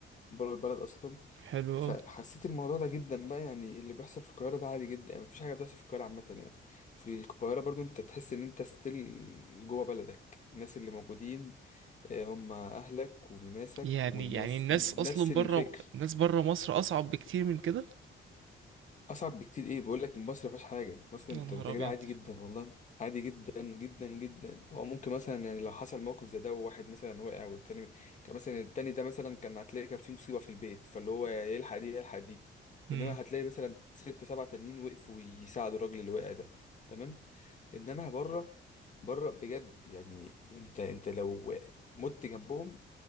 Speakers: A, on the left; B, on the right.
A: بره البلد اصلا
B: حلو
A: فحسيت
B: أوي
A: الموضوع ده جدا بقى يعني اللي بيحصل في القاهره ده عادي جدا يعني مفيش حاجه بتحصل في القاهره عامه يعني في القاهره برضو انت تحس ان انت ستيل جوه بلدك الناس اللي موجودين آه، هم اهلك وناسك
B: يعني
A: والناس
B: يعني الناس
A: نفس
B: اصلا
A: الفكر
B: بره الناس بره مصر اصعب بكتير من كده
A: اصعب بكتير ايه بقول لك مصر ما فيهاش حاجه مصر انت
B: يا نهار
A: انت
B: ابيض
A: كده عادي جدا والله عادي جدا جدا جدا هو ممكن مثلا يعني لو حصل موقف زي ده وواحد مثلا وقع والتاني كان مثلا التاني ده مثلا كان هتلاقي كان في مصيبه في البيت فاللي هو يلحق دي يلحق دي
B: امم
A: انما هتلاقي مثلا ست سبع تانيين وقفوا يساعدوا الراجل اللي وقع ده تمام انما بره بره بجد يعني انت انت لو مت جنبهم